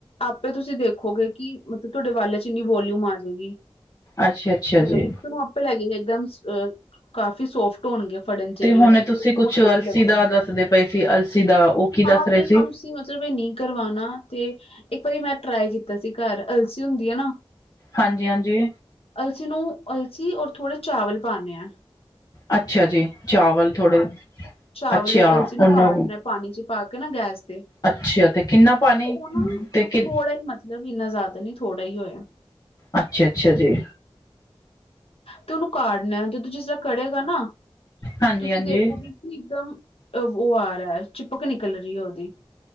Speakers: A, on the left; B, on the left.
A: ਆਪੇ ਤੁਸੀਂ ਦੇਖੋਗੇ ਕਿ ਮਤਲਬ ਤੁਹਾਡੇ ਵਾਲਾਂ ਚ ਇੰਨੀ ਵੋਲਿਊਮ ਆ ਜਾਵੇਗੀ
B: ਅੱਛਾ ਅੱਛਾ ਜੀ
A: ਤ ਇੱਕ ਆਪੇ ਲੈਗੇ ਇੱਕਦਮ ਅ ਕਾਫੀ ਸੋਫਟ ਹੋਣਗੇ ਫੜਨ ਚ
B: ਤੇ
A: ਵੀ
B: ਹੁਣੇ ਤੁਸੀਂ
A: ਬੜੇ
B: ਕੁਛ
A: ਮੋਟੇ
B: ਅਲਸੀ
A: ਵੀ ਲੱਗਣਗੇ
B: ਦਾ ਦੱਸਦੇ ਪਏ ਸੀ ਅਲਸੀ ਦਾ ਉਹ ਕੀ ਦੱਸ
A: ਹਾਂ ਅਗਰ
B: ਰਹੇ ਸੀ
A: ਤੁਸੀਂ ਮਤਲਬ ਇਹ ਨਹੀਂ ਕਰਵਾਉਣਾ ਤੇ ਇੱਕ ਵਾਰੀ ਮੈਂ ਟਰਾਈ ਕੀਤਾ ਸੀ ਘਰ ਅਲਸੀ ਹੁੰਦੀ ਹੈ ਨਾ
B: ਹਾਂਜੀ- ਹਾਂਜੀ
A: ਅਲਸੀ ਨੂੰ ਅਲਸੀ ਔਰ ਥੋੜੇ ਚਾਵਲ ਪਾਉਂਦੇ ਹਾਂ
B: ਅੱਛਾ ਜੀ ਚਾਵਲ ਥੋੜੇ
A: ਚਾਵਲ
B: ਅੱਛਾ
A: ਔਰ ਅਲਸੀ ਨੂੰ
B: ਉਹਨੂੰ
A: ਪਾਣੀ ਚ ਪਾ ਕੇ ਨਾ ਗੈਸ ਤੇ
B: ਅੱਛਾ ਤੇ ਕਿੰਨਾ ਪਾਣੀ,
A: ਉਹ ਨਾ
B: ਤੇ ਕਿ
A: ਥੋੜਾ ਹੀ ਮਤਲਬ ਇੰਨਾ ਜ਼ਿਆਦਾ ਨ ਥੋੜਾ ਹੀ ਹੋਇਆ
B: ਅੱਛਾ -ਅੱਛਾ ਜੀ
A: ਤੇ ਉਹਨੂੰ ਕਾੜਨ ਆ ਜਦੋਂ ਜਿਸ ਤਰਾਂ ਕਰੜੇਗਾ ਨਾ
B: ਹਾਂਜੀ
A: ਤੁਸੀਂ
B: ਹਾਂਜੀ
A: ਦੇਖੋਗੇ ਇਕਦਮ ਉਹ ਆ ਰਿਹਾ ਚਿਪਕ ਨਿਕਲ ਰਹੀ ਹੈ ਉਹਦੀ